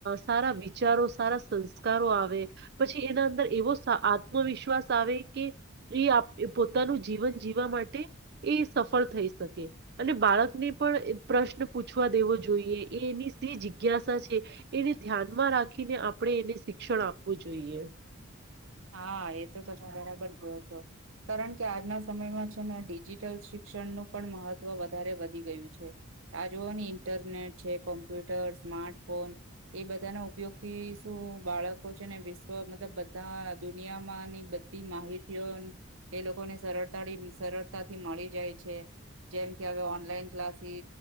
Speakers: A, on the right; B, on the right.
A: સારા વિચારો સારા સંસ્કારો આવે પછી એના અંદર એવો આત્મવિશ્વાસ આવે કે એ પોતાનું જીવન જીવવા માટે એ સફળ થઈ શકે અને બાળકને પણ પ્રશ્ન પૂછવા દેવો જોઈએ એ એની શ જિજ્ઞાસા છે એને ધ્યાનમાં રાખીને આપણે એને શિક્ષણ આપવું જોઈએ
B: હા એ તો તમે બરાબર કેયોો છો કારણ કે આજના સમયમાં છે ને ડિજિટલ શિક્ષણનું પણ મહત્વ વધારે વધી ગયું છે આજુની ઇન્ટરનેટ છે કોમ્પ્યુટર સ્માર્ટફોન એ બધાના ઉપયોગ થી શું બાળકો છે ને વિશ્વ મતલબ બધા દુનિયામાંની બધી માહિતીઓ એ લોકોને સરળતા સરળતાથી મળી જાય છે જેમ કલાસ